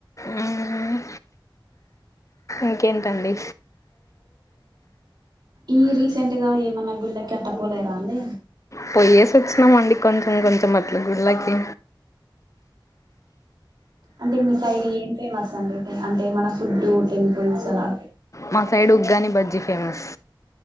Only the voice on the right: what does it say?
ఈ రీసెంట్గా ఏమన్నా గుళ్ళకి అట్టపోలేదా అండి
అంటే మీ సైడ్ ఏం ఫేమస్ అండి అంటే మన ఫుడ్డు టెంపుల్స్ అలా